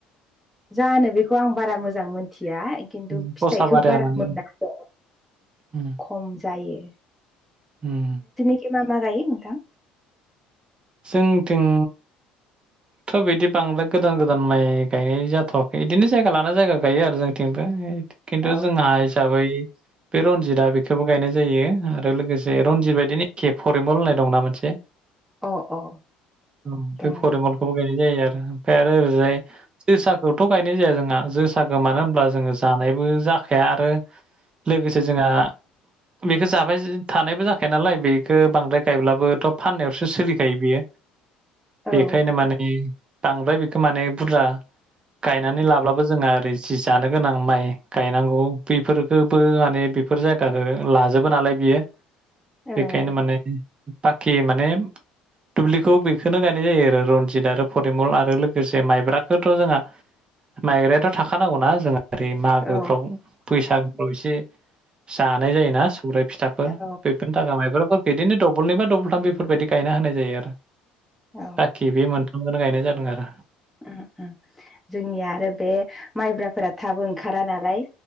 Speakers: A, in the centre; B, on the right (about 30°).
A: जानो बेखौ आं बारा मोजां मोनथियाय खिन्थु
B: उम
A: फिथाइखौ
B: गसा बाराया
A: बारा
B: माने
A: मोना र'
B: उम
A: खम जायो।
B: उम।
A: थिं मा मा गायो नोंथां।
B: जोंथिं थ' बिदि बांद्राय गोदान गोदान माइ गायनाय जाथ'वाखै इदिनो जायगा लाना जायगा गायो आरो जोंथिं खिन्थु
A: औ
B: जोंहा हिसाबै बे रनजितआ बेखौबो गायनाय जायो आरो। आरो लोगोसे रनजित बायदिनि एखे फरिमल होननाय दंना मोनसे
A: औ अ अ
B: औ
A: दङ
B: बे फरिमलखौबो गायनाय जायो आरो ओमफ्राय आरो ओरैजाय जोसाखौथ' गायनाय जाया जोंहा जोसाखौ मानो होनब्ला जोङो जानायबो जाखाया आरो। लोगोसे जोंहा बेखो जाबाय थानायबो जाखाया नालाय बेखौ बांद्राय गायब्लाबोथ' फाननायावसो सोलिखायो बियो। बेखायनो
A: औ
B: माने बांद्राय बेखौ माने बुरजा गायनानै लाब्लाबो जोंहा ओरै जि जानो गोनां माइ गायनांगौ बेफोरखोबो माने बेफोर जायगाखो लाजोबो नालाय बियो
A: औ
B: बेखायनो माने बाखि माने दुब्लिखौ बेखौनो गायनाय जायो आरो रनजित। रनजिदआरो फरिमल आरो लोगोसे माइब्राखौथ' जोंहा माइब्रायाथ' थाखानांगौना जों ओरै मागोफ्राव
A: औ
B: बैसागोफ्राव एसे जानाय जायोना। ओमफ्राय फिथाफोर
A: औ
B: बेफोरनि थाखाय माइब्राफोर बिदिनो दबलनै बा दबलथाम बेफोरबायदि गायना होनाय जायो आरो
A: औ
B: बाखि बे मोनसे खौनो गायनाय जादों आरो।
A: उन उम जोंनिया आरो बे माइब्राफोरा थाब ओंखारा नालाय।